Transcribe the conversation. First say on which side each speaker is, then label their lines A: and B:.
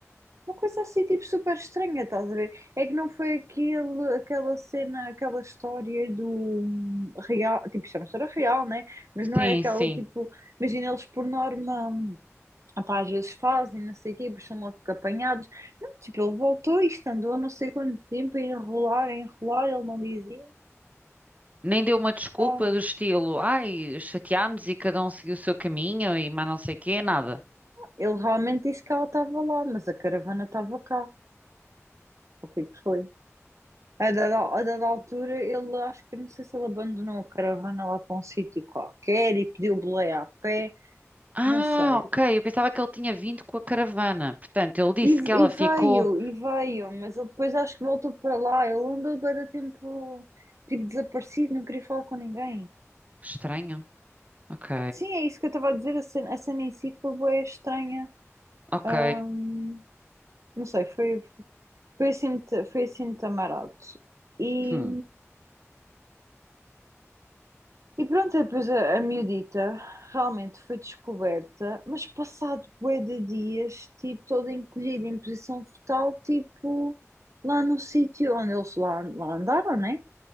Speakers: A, on the right (about 70°); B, on the right (about 30°).
A: uma coisa assim, tipo, super estranha, estás a ver? É que não foi aquele, aquela cena, aquela história do hum, real, tipo, isto é uma história real, né? Mas não
B: Sim,
A: é aquela,
B: sim.
A: tipo, imagina eles por norma Ah pá, às vezes fazem, não sei o quê, depois são logo apanhados. Não, tipo, ele voltou e isto andou não sei quanto tempo a enrolar, a enrolar, ele não dizia.
B: Nem deu uma desculpa
A: Ah,
B: do estilo, ai, chateámos e cada um seguiu o seu caminho e mais não sei o quê, nada.
A: ele realmente disse que ela estava lá, mas a caravana estava cá. O que é que foi? A dada, a dada altura, ele acho que não sei se ele abandonou a caravana lá para um sítio qualquer e pediu boleia a pé,
B: Ah,
A: não sei.
B: ok. Eu pensava que ele tinha vindo com a caravana. Portanto, ele disse
A: E,
B: que ela
A: e
B: ficou.
A: veio, e veio, mas ele depois acho que voltou para lá. Ele andou bué de tempo, tipo, desaparecido, não queria falar com ninguém.
B: Estranho? Ok.
A: Sim, é isso que eu estava a dizer. A cena, a cena em si foi bué estranha.
B: Ok.
A: Ahm, não sei, foi, foi assim muito, foi assim muito amarado. E,
B: Hum.
A: e pronto, depois a, a miudita realmente foi descoberta, mas passado bué de dias, tipo, toda encolhida em posição fetal, tipo, lá no sítio onde eles lá, lá andaram, né?